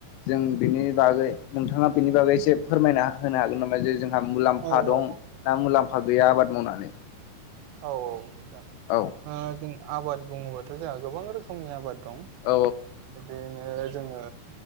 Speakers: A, on the left; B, on the right.
A: जों बेनि बागै नोंथाङा बेनि बागै एसे फोरमायना होनो हागोन नामा जे जों जोंहा मुलाम्फा
B: औ
A: दं
B: औ
A: ना मुलाम्फा गैया आबाद मावनानै
B: औ औ नोंथां
A: औ
B: ओ जों आबाद बुङोबाथ' जोंहा गोबां रोखोमनि आबाद दं
A: औ
B: बे ओ जोङो